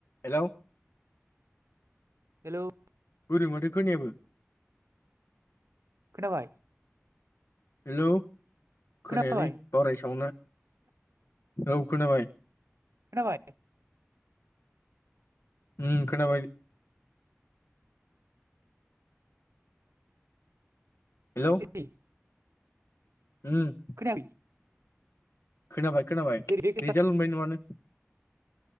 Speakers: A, on the left; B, on the right.
A: Hello
B: hello
A: बोरो माथो खोनायाबो
B: खोनाबाय?
A: हेलौ खोनायालै
B: खोनाबाय
A: बावराय सावोना औ खोनाबाय।
B: खोनाबाय?
A: उम खोनाबाय।
B: <unintelligible>
A: हेलौ उम
B: खोनायाखै
A: खोनाबाय। खोनाबाय
B: जेरै बे
A: रिजाल्ट मोनबाय नंङा